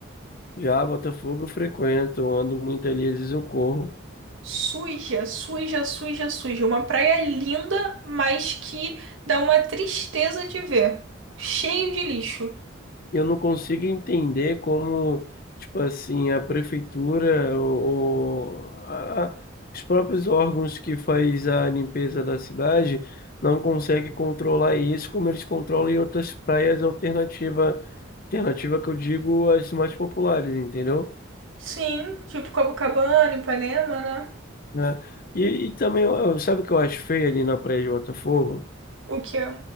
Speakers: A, on the left; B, on the right.
A: Já Botafogo eu frequento, eu ando muito ali, às vezes eu corro.
B: Suja, suja, suja, suja. Uma praia linda, mas que dá uma tristeza de ver. Cheio de lixo.
A: E eu não consigo entender como, tipo assim, a prefeitura ou, ou a- a- os próprios órgãos que faz a limpeza da cidade não conseguem controlar isso como eles controlam em outras praias alternativa, alternativa que eu digo as mais populares, entendeu?
B: Sim, tipo Copacabana, Ipanema, né?
A: Né? E, e também, eu- eu- sabe o que eu acho feio ali na praia de Botafogo?
B: O quê?